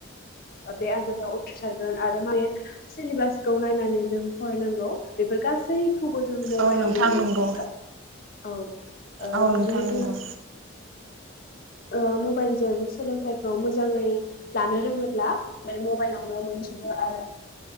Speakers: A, on the left (about 45°); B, on the right (about 75°).
A: बे आनजादाव उथ्रिसारगोन आरो माने बे सिलेबासखौ नायनानै जों फरायनांगौ बेफोर गासैखौबो जों मबाइलावनो
B: औ नोंथां
A: मोनजोबो
B: नंगौ
A: औ ओ
B: औ
A: बिदिनो
B: नोंथां नंगौ
A: जों ओ मबाइलजों सोलोंथाइखौ मोजाङै लानो रोङोब्ला बे मबाइलावनो मोन जोबो आरो